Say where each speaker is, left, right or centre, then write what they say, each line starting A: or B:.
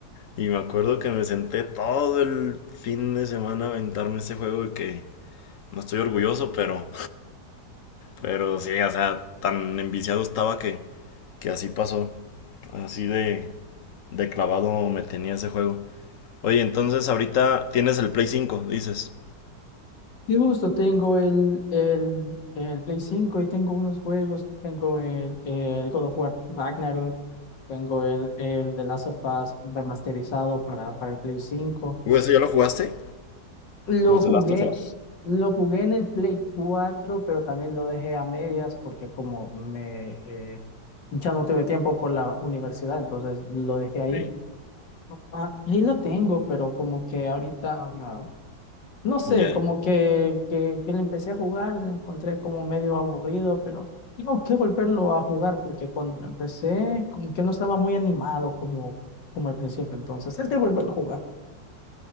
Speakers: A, on the left; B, on the left.
A: Y me acuerdo que me senté todo el fin de semana a aventarme ese juego y que no estoy orgulloso, pero, pero sí, o sea, tan enviciado estaba que, que así pasó. Así de, de clavado me tenía ese juego. Oye, entonces ahorita tienes el Play cinco dices.
B: Sí, justo tengo el, el, el Play 5 y tengo unos juegos. Tengo el, el God of War Ragnarok. Tengo el, el The Last of Us remasterizado para, para el Play 5.
A: Uh, ¿eso ya lo jugaste?
B: Lo
A: ¿Los
B: jugué,
A: de Last of Us?
B: lo jugué en el Play 4, pero también lo dejé a medias porque como me eh, ya no tuve tiempo por la universidad, entonces lo dejé ahí.
A: Sí.
B: Ah, ahí lo tengo, pero como que ahorita no, No sé,
A: Ya.
B: como que, que, que le empecé a jugar, lo encontré como medio aburrido, pero tengo que volverlo a jugar porque cuando lo empecé, como que no estaba muy animado como, como al principio. Entonces, es de volverlo a jugar.